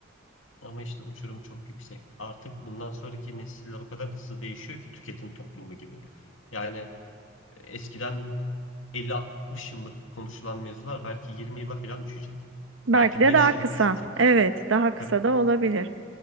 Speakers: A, on the left (about 80°); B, on the right (about 75°).
A: Ama işte uçurum çok yüksek. Artık bundan sonraki nesiller o kadar hızlı değişiyor ki tüketim toplumu gibi. Yani e, eskiden 50-60 yıllık konuşulan mevzular belki 20 yıla falan düşecek.
B: Belki
A: Belki
B: de
A: 5
B: daha
A: yıla
B: kısa.
A: düşecek.
B: Evet, daha kısa
A: Tabii.
B: da olabilir.